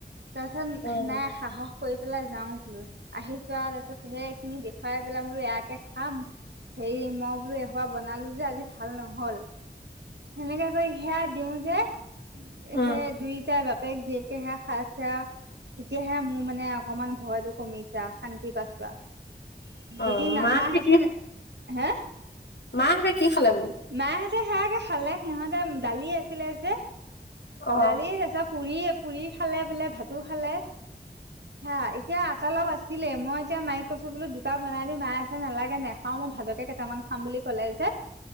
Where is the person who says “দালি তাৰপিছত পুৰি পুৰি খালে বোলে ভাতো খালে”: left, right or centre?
Right